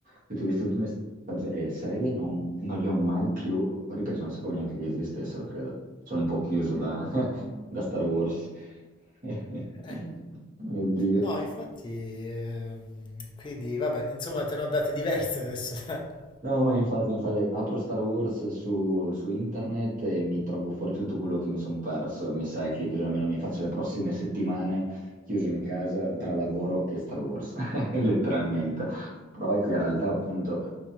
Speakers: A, on the right; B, on the left.
A: tutte queste ultime stag- eh, serie non, non le ho mai più riprese, non sapevo neanche che esistessero, credo. Sono un po' chiuso da, <laughs> da Star Wars. <laughs>
B: eh,
A: Mio Dio.
B: No, infatti, ehm, quindi vabbè, insomma, te ne ho date diverse adesso. <laughs>
A: No, ma infatti, infatti apro Star Wars su, su internet e mi trovo fuori tutto quello che mi sono perso. Mi sa che così almeno mi faccio le prossime settimane chiuso in casa tra lavoro e Star Wars, <laughs> letteralmente. Però ecco, in realtà, appunto,